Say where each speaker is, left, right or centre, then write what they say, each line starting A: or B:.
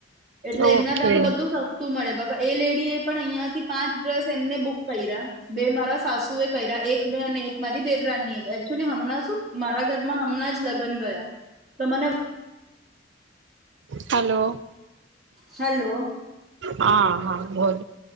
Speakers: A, on the right (about 40°); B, on the right (about 70°).
A: એટલે
B: ઓકે
A: એમના તા તો બધું સસ્તું મળે બ એ લેડી એ પણ અહિયાં થી પાંચ ડ્રેસ એમને બુક કયરા, બે મારા સાસુ એ કયરા, એક બે અને એક મારી દેવરાની એ એકચુલી હમણાં શું મારા ઘરમાં હમણાં જ લગન ગયા તો મને
B: હલો.
A: હેલો
B: હા-હા બોજ.